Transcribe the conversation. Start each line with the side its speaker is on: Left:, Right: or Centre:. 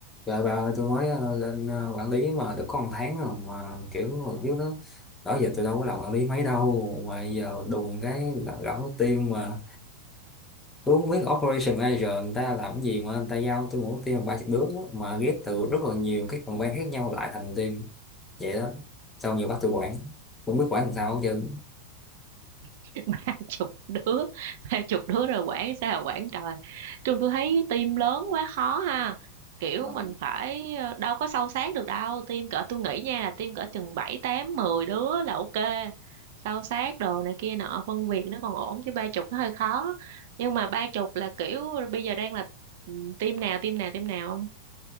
Left: Rồi bà ơi, tôi mới ờ, lên ờ, quản lý mà được có một tháng rồi mà kiểu mà biết đó đó giờ tôi đâu có làm quản lý mấy đâu mà giờ đùng cái gõ team mà tôi không biết operation manager người ta làm cái gì mà người ta giao tôi mỗi team ba chục đứa mà ghép từ rất là nhiều cái phòng ban khác nhau lại thành team vậy đó xong giờ bắt tôi quản cũng biết quản làm sao hết trơn
Right: <laughs> ba chục đứa ba chục đứa rồi quản sao quản trời trường tôi thấy team lớn quá khó ha kiểu
Left: Vâng.
Right: mình phải ờ, đâu có sâu sát được đâu team cỡ tôi nghĩ nha là team cỡ chừng bảy tám mười đứa là ok sâu sát đồ này kia nọ phân việc nó còn ổn chứ ba chục nó hơi khó nhưng mà ba chục là kiểu bây giờ đang là ừ, team nào team nào team nào không